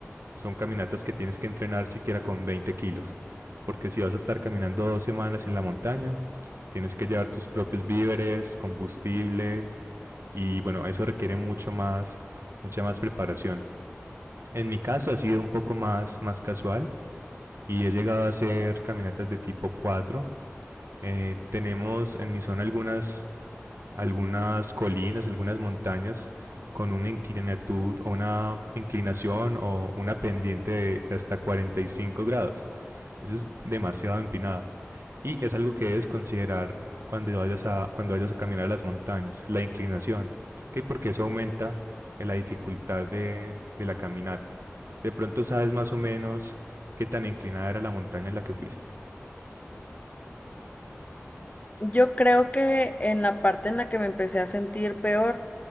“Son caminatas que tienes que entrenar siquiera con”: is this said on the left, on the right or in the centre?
Right